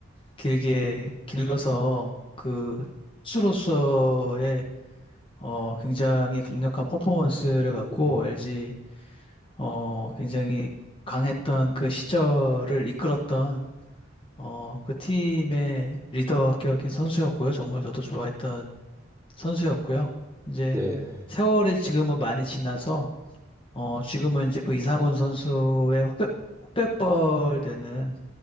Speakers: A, on the left; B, on the right.
A: 길게 길러서 그 수로서의 어, 굉장히 강력한 퍼포먼스를
B: 네,
A: 갖고
B: 네,
A: LG 어, 굉장히 강했던 그 시절을 이끌었던 어, 그 팀의 리더격인 선수였고요. 정말 저도 좋아했던 선수였고요. 이제
B: 네.
A: 세월이 지금은 많이 지나서 어, 지금은 이제 그 이상훈 선수의 후배, 후배뻘 되는